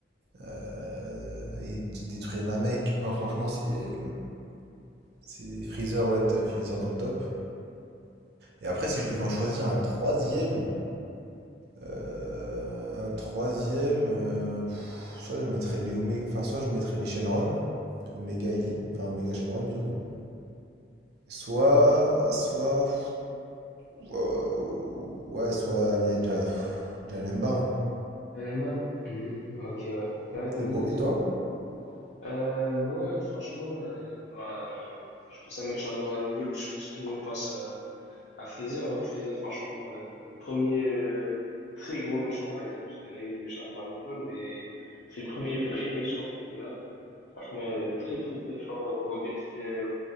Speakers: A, on the right (about 60°); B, on the left (about 65°).
A: euh, et de détruire Namek. Non, franchement, c'est c'est Freezer, ouais, t- Freezer dans le top. Et après, si je devais en choisir un troisième, euh, un troisième, euh, pff, soit je mettrais les Omé- enfin, soit je mettrais les Shenron, Omega et Lee, enfin Omega Shenron du coup. Soit, soit, Ouah, ouais, soit aller Ja- Janemba. hein.
B: Dananba. Mhm. Ok, ouais. Ouais, t'aimes
A: Et pour,
B: bien
A: et toi?
B: Dananba. Euh, moi, euh, franchement, euh, bah, euh, quand je pense à méchant dans Dragon Ball, je pense que tout le monde pense à, À Freezer, hein, Freezer, franchement, euh, premier euh, très gros méchant, on va dire, parce qu'il y en a eu des méchants dans Dragon Ball, mais c'est le premier vrai méchant qu'on a. Franchement, euh, très très très fort. Donc on voit bien que c'était euh,